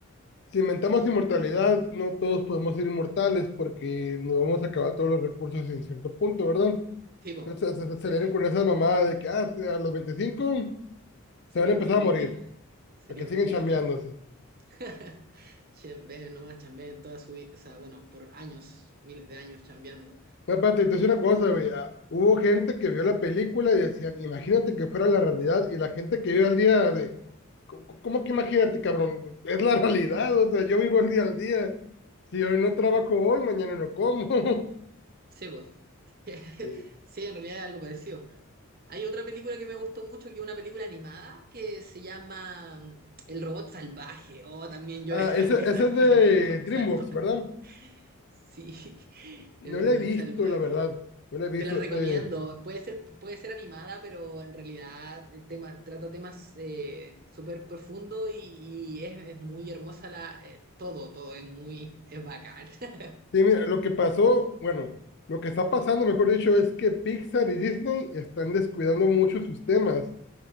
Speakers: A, on the left; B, on the right.
A: si inventamos inmortalidad, no todos podemos ser inmortales porque nos vamos a acabar todos los recursos en cierto punto, ¿verdad?
B: Sí, po,
A: Entonces se, se-
B: definitivamente.
A: se dieron con esa mamada de que ah, sí, a los 25
B: Sería
A: se van a empezar
B: horrible
A: a morir,
B: que, sería
A: para que siguen
B: horrible
A: chambeándose.
B: que todos fueran <laughs> Chambeen nomás, chambeen toda su vida, o sea, bueno, por años, miles de años chambeando.
A: No, espérate, te una cosa, güey. ah, Hubo gente que vio la película y decían, imagínate que fuera la realidad y la gente que vive al día de... co- co- ¿Cómo que imagínate, cabrón? Es la realidad, o sea, yo vivo el día al día. Si hoy no trabajo hoy, mañana no como. <laughs>
B: Sí, pues. <laughs>
A: Sí.
B: Sí, en realidad es algo parecido. Hay otra película que me gustó mucho, que es una película animada, que se llama mm, El robot salvaje. Oh, también lloré
A: Ah,
B: <laughs> caleta
A: esa, esa es
B: con
A: de
B: el robot
A: DreamWorks,
B: salvaje.
A: ¿verdad?
B: Sí, <laughs>
A: No
B: el robot
A: la he visto,
B: salvaje.
A: la verdad. No la he visto.
B: Te la recomiendo.
A: Eh,
B: Puede ser, puede ser animada, pero en realidad el tema, trata temas eh, súper profundos y, y es, es muy hermosa la, eh, todo, todo es muy, es bacán. <laughs>
A: sí, mira, lo que pasó, bueno, lo que está pasando, mejor dicho, es que Pixar y Disney están descuidando mucho sus temas.